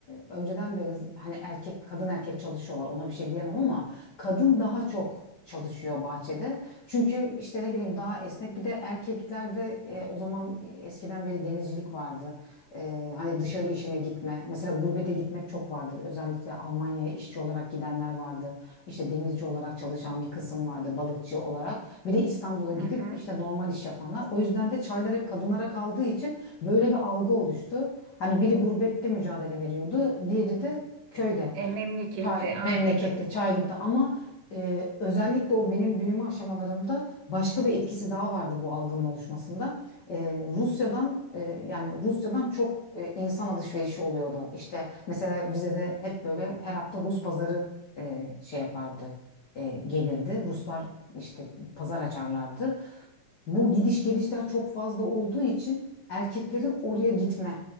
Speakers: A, on the left (about 75°); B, on the right (about 80°).
A: önceden beri hani erkek kadın erkek çalışıyorlar. Ona bir şey diyemem ama kadın daha çok çalışıyor bahçede. Çünkü işte ne bileyim daha esnek bir de erkeklerde e, o zaman eskiden beri denizcilik vardı. E, hani dışarı işine gitme. Mesela gurbete gitmek çok vardır. Özellikle Almanya'ya işçi olarak gidenler vardı. İşte denizci olarak çalışan bir kısım vardı, balıkçı olarak. Bir de İstanbul'a gidip
B: Hı hı.
A: işte normal iş yapanlar. O yüzden de çaylar hep kadınlara kaldığı için böyle bir algı oluştu. Hani biri gurbette mücadele veriyordu, diğeri de köyde.
B: E, memlekette
A: Çay,
B: anladım.
A: memlekette, Çaylık'ta ama e, özellikle o benim büyüme aşamalarımda başka bir etkisi daha vardı bu algının oluşmasında. E, Rusya'dan e, yani Rusya'dan çok e, insan alışverişi oluyordu. İşte mesela Rize'de hep böyle her hafta Rus pazarı e, şey yapardı, e, gelirdi. Ruslar işte pazar açarlardı. Bu gidiş gelişler çok fazla olduğu için erkeklerin oraya gitme